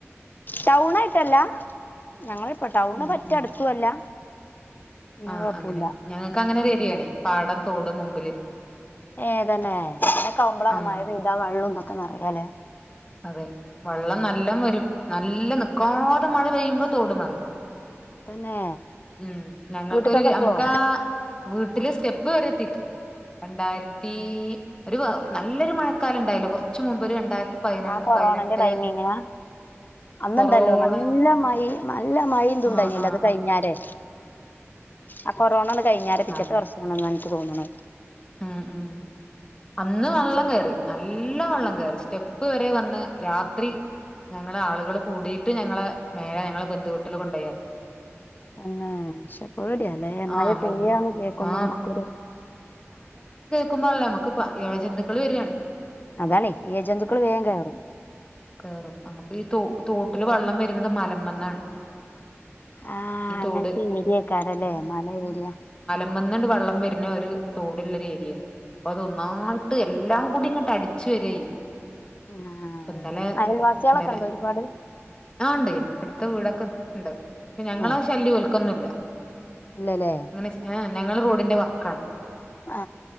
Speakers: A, on the left; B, on the left.
A: ടൗണ ആായിട്ടല്ല ഞങ്ങള് ഇപ്പ ടൗണ്
B: ഉം
A: പറ്റ
B: ഉം
A: അടുക്കുവല്ല എന്ന
B: ആഹ്
A: കൊഴപ്പില്ല
B: അങ്ങനെ ഞങ്ങക്ക് അങ്ങനെ ഒരു ഏരിയാണേ പാടം തോടും മുമ്പില്
A: ഏതന്നെ അെ കമ്പളാണ്
B: ആഹ്
A: മഴ പെയ്താ വെള്ളംതൊക്കെ ന്നാലല്ലേ
B: അതെ വെള്ളം നല്ല വരും നല്ല ന നിക്കാതെ മഴ പെയ്യുമ്പോ തോട് മാറി
A: തന്നെ
B: ഉം ഞങ്ങക്കരു
A: വീട്ടക്കൊക്കെ എത്തുവോ
B: നമുക്കാ വീട്ടില് സ്റ്റെപ്പ് വരെ എത്തിയിട്ടുണ്ട് രണ്ടായിരത്തി ഒരു നല്ലൊരു മഴക്കാലം ഉണ്ടായില്ല കുറച്ച മുമ്പ് ഒരു രണ്ടായിരത്തി.... പതിന
A: ആ കൊറോണന്റെ
B: പതിനെട്ട്
A: ടൈമിങ് അന്നണ്ടല്ലോ
B: കൊറോണൻ
A: നല്ല മഴ നല്ല മഴ എതുണ്ടായില്ലോ
B: ആഹ് ആഹ്
A: അത് കഴിഞ്ഞരേ
B: ആഹ്
A: അ കൊറോണ കയിഞ്ഞാറേ പിറ്റത്തെ
B: ആഹ്
A: വർഷം.... തോന്നണ്
B: ഉം ഉം അന്ന് വെള്ളം കയറി നല്ല വെള്ളം കയറി സ്റ്റെപ്പ് വരെ വന്ന് രാത്രി ഞങ്ങളെ ആളുകൾ കൂടിയിട്ട് ഞങ്ങളെ മേലെ ഞങ്ങളെ ബന്ധുുവീട്ടിൽ കൊണ്ടയയാക്കി
A: തന്നെ ശെപ്പോടിയല്ലേ മഴ
B: ആ മു
A: പെയ്യന്ന് കേക്കുമ്പോ
B: ആ
A: നമ്മക്കൊരു...
B: കുമ്മല്ലേ നമ്മക്ക് ഇഴജന്തുക്കൾ വരികയാാണ്
A: അതാാണ് ഇഴ ജന്തുക്കള് വേഗം കേറും
B: കേറും നമുക്ക് ഈ തോ തോട്ടില് വെള്ളം വരുന്നത് മലമന്നാണ്
A: ആഹ
B: ഈ
A: അങ്ങനത്തെ
B: തോട്
A: ഏരിയ ക്കാരലേ മല ഏരിയ
B: ന്നണ്ട് വെള്ളം വരുന്ന ഒരു തോടുള്ളൊരു ഏരിയാ അപ്പൊ അതൊന്നായിട്ട് എല്ലാം കൂടി ഇങ്ങട്ട് അടി ച്ചു വരേ ഇപ്പൊ
A: ആ
B: ഇന്നലെ
A: അയൽവാസികളൊക്കെ
B: ഇന്നലെ
A: ഉണ്ടോ ഒരുപാട്
B: ആഹ ഇണ്ട് അടുത്ത വീടൊക്കെ ഇണ്ട് ഞങ്ങള
A: ഏ
B: ശല്യം ഓൽക്കൊന്നുല്ല
A: ഇല്ലല്ലേ
B: അങ്ങനെ ആ ഞങ്ങള് റോ ഡിന്റെ വക്കാണ്
A: ആ